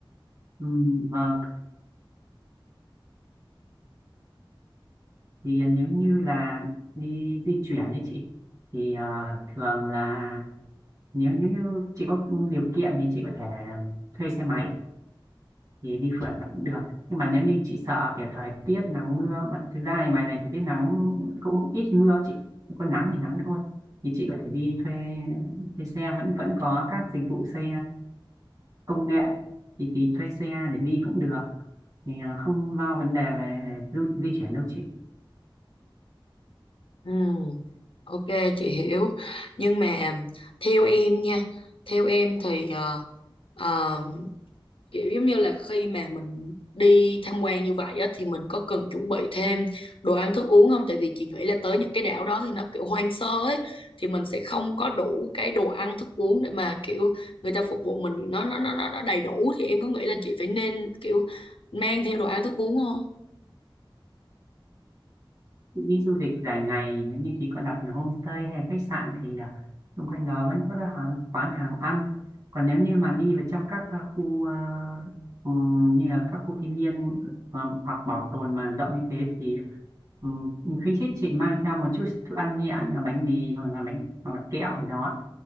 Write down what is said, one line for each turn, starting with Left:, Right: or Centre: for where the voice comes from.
Right: Ừm, vâng thì nếu như là đi di chuyển ấy chị thì à, thường là nếu như chị có điều kiện thì chị có thể à, thuê xe máy thì đi phượt là cũng được nhưng mà nếu như chị sợ kiểu thời tiết nắng mưa mà thực ra thì ngoài này thời tiết nắng cũng ít mưa chị có nắng thì nắng thôi thì chị có thể đi thuê thuê xe vẫn vẫn có các dịch vụ xe công nghệ thì thì thuê xe để đi cũng được thì à, không lo vấn đề về du, di chuyển đâu chị
Left: Ừm, Ok, chị hiểu. Nhưng mà theo em nha, theo em thì ờ, ờ, kiểu giống như là khi mà mình đi tham quan như vậy á, thì mình có cần chuẩn bị thêm đồ ăn thức uống không? Tại vì chị nghĩ là tới những cái đảo đó thì nó kiểu hoang sơ ấy thì mình sẽ không có đủ cái đồ ăn thức uống để mà kiểu người ta phục vụ mình nó nó nó nó nó đầy đủ thì em có nghĩ là chị phải nên kiểu mang theo đồ ăn thức uống không?
Right: đi du lịch dài ngày nếu như chị có đặt là homestay hay là khách sạn thì à, xung quanh đó vẫn có các hàng, quán hàng ăn còn nếu như mà đi vào trong các à, khu à, ừm, như là các khu thiên nhiên à, hoặc bảo tồn mà rộng như thế thì um, khuyến khích chị mang theo một chút thức ăn nhẹ như là bánh mì hoặc là bánh hoặc là kẹo gì đó